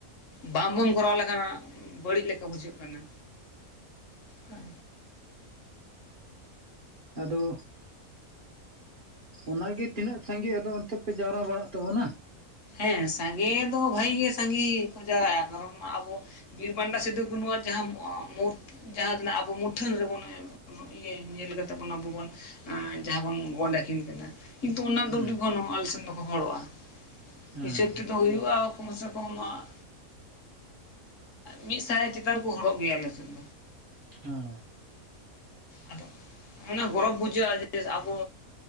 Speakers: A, on the left (about 65°); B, on the right (about 45°).
A: ᱵᱟᱝᱵᱚᱱ ᱠᱚᱨᱟᱣ ᱞᱮᱠᱷᱟᱱ ᱦᱟᱸᱜ ᱵᱟᱹᱲᱤᱡ ᱞᱮᱠᱟ ᱵᱩᱡᱷᱟᱹᱜ ᱠᱟᱱᱟ᱾ ᱦᱮᱸ
B: ᱟᱫᱚ ᱚᱱᱟᱜᱮ ᱛᱤᱱᱟᱹᱜ ᱥᱟᱸᱜᱮ ᱟᱫᱚ ᱚᱱᱛᱮ ᱯᱮ ᱡᱟᱣᱨᱟ ᱵᱟᱲᱟᱜ ᱛᱟᱵᱚᱱᱟ?
A: ᱦᱮᱸ ᱥᱟᱸᱜᱮ ᱫᱚ ᱵᱷᱟᱹᱜᱮ ᱜᱮ ᱥᱟᱸᱜᱮ ᱠᱚ ᱡᱟᱣᱟᱜᱼᱟ ᱠᱟᱨᱚᱱ ᱟᱵᱚ ᱵᱤᱨ ᱵᱟᱱᱴᱟ ᱥᱤᱫᱩᱼᱠᱱᱩᱣᱟᱜ ᱡᱟᱦᱟᱸ ᱢᱩᱨ ᱡᱟᱦᱟᱸ ᱨᱮᱱᱟᱜ ᱟᱵᱚ ᱢᱩᱴᱷᱟᱹᱱ ᱨᱮᱵᱚᱱ ᱮᱢ ᱤᱛᱟᱹ ᱧᱮᱞ ᱠᱟᱛᱮᱫ ᱵᱚᱱ ᱟᱵᱚ ᱵᱚᱱ ᱮᱸᱻ ᱡᱟᱦᱟᱸ ᱵᱚᱱ ᱜᱚᱰ ᱟᱹᱠᱤᱱ ᱠᱟᱱᱟ ᱠᱤᱱᱛᱩ ᱚᱱᱟ ᱫᱚ
B: ᱦᱮᱸ
A: ᱟᱹᱰᱤ ᱜᱟᱱ ᱜᱮ ᱟᱞᱮᱥᱮᱱ ᱫᱚᱠᱚ ᱦᱚᱲᱚᱜᱼᱟ,
B: ᱦᱮᱸ
A: ᱦᱤᱥᱟᱹᱵ ᱛᱮᱫᱚ ᱦᱩᱭᱩᱜᱼᱟ ᱠᱚᱢ ᱥᱮ ᱠᱚᱢ ᱟᱸᱻ ᱢᱤᱫ ᱥᱟᱭ ᱪᱮᱛᱟᱱ ᱨᱮᱠᱚ ᱦᱚᱲᱚᱜ ᱜᱮᱭᱟ ᱟᱞᱮ ᱥᱮᱱ
B: ᱦᱮᱸ
A: ᱟᱫᱚ ᱚᱱᱟᱮ ᱜᱚᱨᱚᱵᱽ ᱵᱩᱡᱷᱟᱹᱜᱼᱟ ᱡᱮ ᱟᱵᱚ